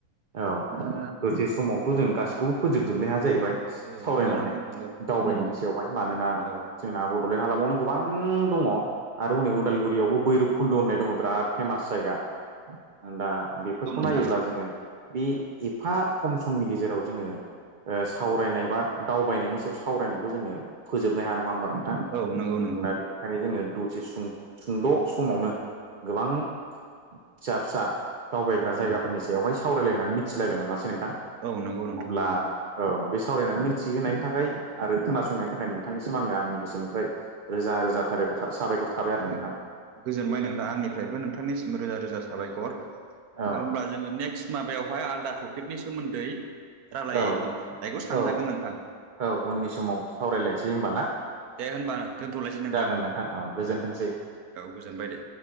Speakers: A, on the right; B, on the right.
A: औ
B: दा
A: दसे समावथ जों गासिखौबो फोजोबजोबनो हा जाहैबाय
B: औ
A: सावरायनानै
B: नंगौ नोंथां नंगौ
A: दावबायनायनि
B: उम
A: सायावहाय मानोना
B: औ
A: जोंना बडलेण्ड हालामावनो गोबां दङ आरो हनै उदालगुरियावबो भैरब खुन्द होननाय दङ बिराद फेमास जायगा दा बेफोरखौ
B: नंगौ नोंथां
A: नायोब्ला जोंङो बे एफा खम समनि गेजेराव जोंङो ओ सावरायनाय बा दावबायनायनि सायाव सावरायनायखौ जोंङो फोजोबनो हाया नङा होमबा दा
B: औ नंगौ नंगौ
A: बेनिखायनो जोंङो दसे सुंद' समावनो गोबां फिसा फिसा दावबायग्रा जायगाफोरनि
B: उम
A: सायावहाय सावरायलायनानै मिथिलायबाय नङासै। अब्ला
B: औ नंगौ नोंथां नंगौ
A: औ बे सावरायनानै मिथिहोनायनि थाखाय आरो खोनासंनायनि थाखाय नोंथांनिसिम आंङो आंनि गोसोनिफ्राय रोजा रोजा साबायखर था साबायखर थाबाय आरो
B: औ
A: नोंथां
B: गोजोनबाय नोंथा आंनिफ्रायबो नोंथांनिसिम रोजा रोजा साबायखर आरो
A: औ
B: होनब्ला जोंङो नेक्स्ट माबायावहाय आलदा टपिकनि सोमोन्दै रायलायनायखौ
A: औ
B: सानजागोन
A: औ
B: नोंथां
A: औ उननि समाव सावरायलायसै होमबा ना
B: दे होनबा दोन्थ'लायसै नोंथां।
A: जागोन औ
B: दे
A: गोजोनथोंसै।
B: औ गोजोनबाय दे।